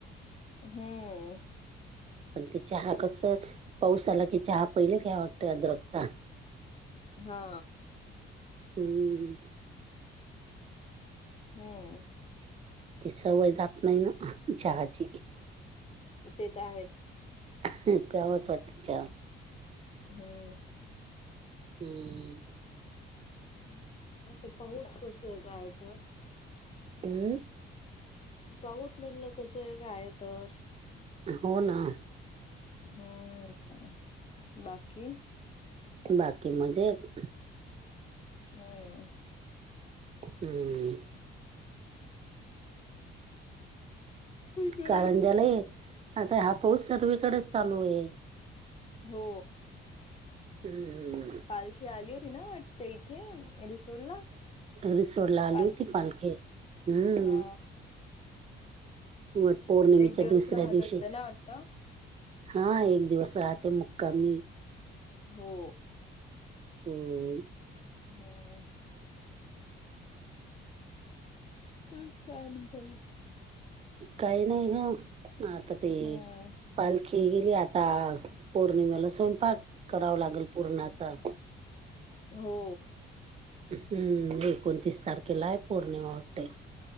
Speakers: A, on the left; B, on the right.
A: हम्.
B: पण ते चहा कस पाऊस आला की चहा पहिले घ्याव वाटतं अदरकचा.
A: हा.
B: हम्.
A: हम्म.
B: ते सवय जात नाही ना हह चहाची.
A: ते तर आहेच.
B: ह प्यावच वाटत च्या.
A: हम्म.
B: हम्.
A: आता पाहच स्पेशल आहे काय तर
B: हमम.
A: पाऊत म्हणलं कसं आहे काय तर
B: हो ना.
A: हम्म बाकी.
B: बाकी मजेत.
A: हम्म.
B: हम्
A: ग.
B: कारण त्याला एक आता हा पाऊस सगलीकडेच चालू आहे.
A: हो
B: हमम.
A: पालखी आली होती ना? ते इथे रिसोट ला
B: रिसोडला आली
A: पालखी
B: होती हम्म
A: हा
B: वट पौर्णिमेच्या
A: एक दिवस
B: दुसऱ्या
A: राहत
B: दिवशीच
A: असते ना आत्ता
B: हा एक दिवस राहते मुक्कामी.
A: हो.
B: हमम
A: हम् मग काय म्हणताय?
B: काही नाही ग आता ते
A: हम्म
B: पालखी गेली आता पौर्णिमेला स्वयंपाक करावा लागेल पूरणाचा.
A: हो.
B: हम्म एकोणतीस तारखेला आहे पौर्णिमा वाटते.